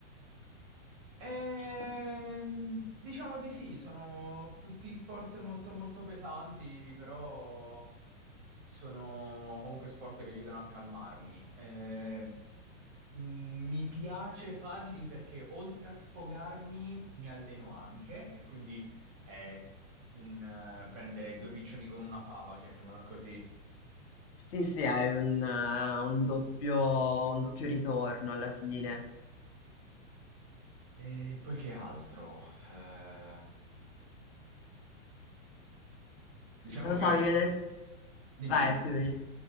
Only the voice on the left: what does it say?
Ok,
Sì, sì, hai un, eh, un doppio, un doppio ritorno alla fine.
Non lo
so, mi viene...
Vai,
scusami.